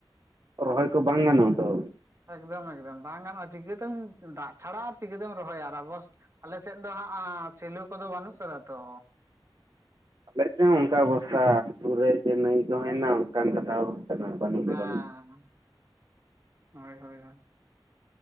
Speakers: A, on the right; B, on the right.
A: ᱨᱚᱦᱚᱭ ᱠᱚ ᱵᱟᱝ ᱜᱟᱱᱚᱜᱼᱟ ᱛᱚ᱾
B: ᱮᱠᱫᱚᱢ ᱮᱠᱫᱚᱢ ᱵᱟᱝ ᱜᱟᱱᱚᱜᱼᱟ ᱪᱤᱠᱟᱹᱛᱮᱢ ᱫᱟᱜ ᱪᱷᱟᱲᱟ ᱟᱨ ᱪᱤᱠᱟᱹᱛᱮᱢ ᱨᱚᱦᱚᱭᱟ ᱟᱨᱵᱚᱥ ᱟᱞᱮᱥᱮᱫ ᱫᱚ ᱦᱟᱸᱜ ᱥᱮᱞᱚ ᱠᱚᱫᱚ ᱵᱟᱹᱱᱩᱜ ᱟᱠᱟᱫᱟ ᱛᱚ᱾
A: ᱟᱞᱮ ᱪᱮᱫ ᱦᱚᱸ ᱚᱝᱠᱟ ᱚᱵᱚᱥᱛᱟ ᱥᱩᱨ ᱨᱮ ᱪᱮ ᱱᱟᱹᱭ ᱠᱚ ᱦᱮᱱᱟᱜ ᱚᱝᱠᱟᱱ ᱠᱟᱛᱷᱟ ᱦᱚᱸ ᱵᱟᱝ᱾ ᱠᱟᱱᱟ ᱵᱟᱹᱱᱩᱜ
B: ᱦᱮᱸ
A: ᱜᱮ ᱵᱟᱹᱱᱩᱜ
B: ᱦᱳᱭ ᱦᱳᱭ ᱦᱳᱭ᱾